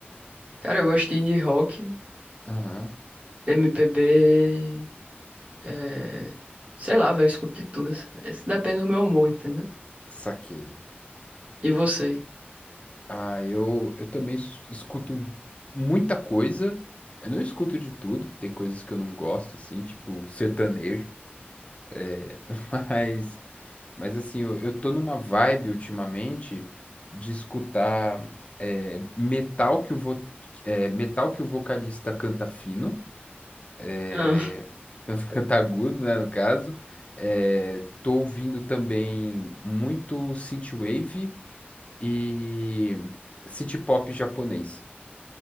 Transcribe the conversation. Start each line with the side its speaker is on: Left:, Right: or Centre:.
Right: Cara, eu gosto de indie rock,
Left: Aham,
Right: MPB, é... sei lá, velho, eu escuto de tudo. Assim. Depende do meu humor, entendeu?
Left: saquei.
Right: E você?
Left: Ah, eu, eu também s- escuto muita coisa. Eu não escuto de tudo, tem coisas que eu não gosto, assim, tipo sertanejo. é, <laughs> mas, mas, assim, eu, eu tô numa vibe ultimamente de escutar é, metal que o vo, é, metal que o vocalista canta fino, é,
Right: Ah.
Left: <laughs> canta canta agudo, né, no caso. É, tô ouvindo também muito synthwave e city pop japonês.